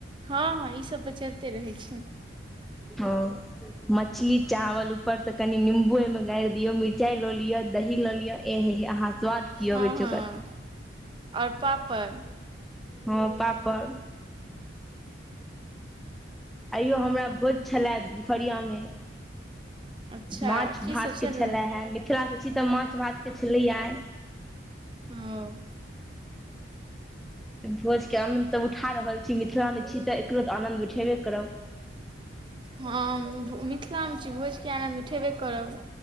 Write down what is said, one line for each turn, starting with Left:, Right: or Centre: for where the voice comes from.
Right: हाॅं हाँ ई सब त चलिते रहैय छैय।
Centre: हाॅं मछली चावल ऊपर से कनि निम्बू ऐमें गारी दियो। मिरचाइ ल लिय दही ल लिय एहे हे अहाँ स्वाद। की अबै
Right: हँ
Centre: छै
Right: हँ
Centre: ओकर
Right: और पापड़।
Centre: हँ पापड़। आइयो हमरा भोज छल। दुपहरिया में
Right: अच्छा
Centre: माछ
Right: की
Centre: भात
Right: सब
Centre: के
Right: छलए
Centre: छला हा मीत मिथिला छी त माछ भाँत के छलैय आइ।
Right: हाँ
Centre: त भोज के आनन्द उठा रहल छी। मिथिला में छी त एकरो त आनन्द उठेबे करब।
Right: हम मिथिला में छी भोज के आनन्द उठेबे करब।